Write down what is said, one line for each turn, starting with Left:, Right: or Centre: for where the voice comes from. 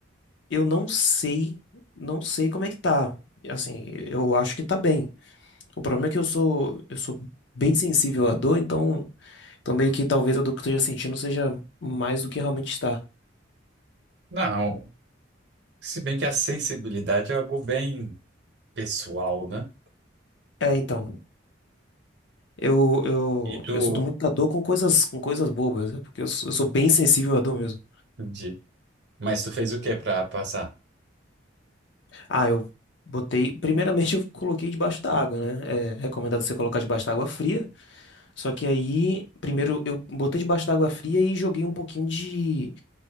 Left: eu não sei, não sei como é que tá. Assim, eu acho que tá bem. O problema é que eu sou, eu sou bem sensível à dor, então, então meio que talvez a dor que eu esteja sentindo seja mais do que realmente está.
Right: Não, se bem que a sensibilidade é algo bem pessoal, né?
Left: É, então. Eu, eu,
Right: E tu,
Left: eu sinto muita dor com coisas, com coisas bobas, né? porque eu sou, eu sou bem sensível à dor mesmo.
Right: entendi. Mas tu fez o que pra passar?
Left: Ah, eu botei. Primeiramente, eu coloquei debaixo da água, né? É recomendado você colocar debaixo da água fria. Só que aí, primeiro, eu botei debaixo da água fria e joguei um pouquinho de.